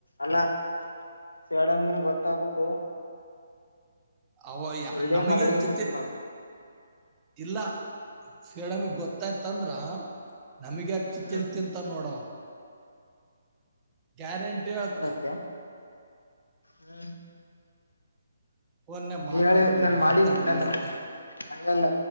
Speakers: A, on the left (about 80°); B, on the right (about 20°).
A: ಅಲ್ಲಾ ಸೇಡಮಗನ್ ಗೊತ್ತಾಗಬೇಕಕ್
B: ಅವ
A: ಇದೇ
B: ನಮಗೆಚ್ಚ
A: ಮಾತಾಡ್ಕ ಕುಂಟ್ಬಿಡ್ತಾವ
B: ಇಲ್ಲ ಸೀಡಮಿಗ್ ಗೊತ್ತಾಯ್ತ ಅಂದ್ರ ನಮಗೆ ಹಚ್ಚ
A: ಹ್ಮ್
B: ತಲೆ ತಿತಾನೆ ನೋಡವ ಗ್ಯಾರಂಟಿ ಹೊತ್ನಾ
A: ಹಂಗಂತೆ ಹ್ಮ್
B: ಫೋನ್ನೇ
A: ನೀ
B: ಮಾತಾಡ್ರಲಿ
A: ಹೇಳಿ ನನ್ ಮಾಡಿ
B: ಮಾತಾಡ್ರಲಿ
A: ನನ್ನು.
B: ಅಂತ
A: ಹಂಗಲ್ಲ